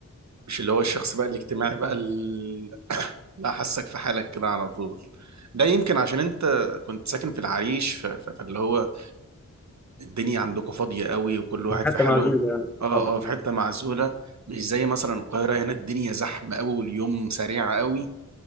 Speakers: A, on the right; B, in the centre.
A: مش اللي هو الشخص بقى الاجتماعي بقى اللي حاسك في حالك كده على طول ده يمكن عشان انت كنت ساكن في العريش ف- ف- فاللي هو الدنيا عندكم فاضية قوي وكل واحد
B: مش حتى
A: في حاله
B: معزولة يعني
A: اه
B: طبعا
A: اه في حتة معزولة مش زي مثلا القاهرة هنا الدنيا زحمة قوي واليوم سريع قوي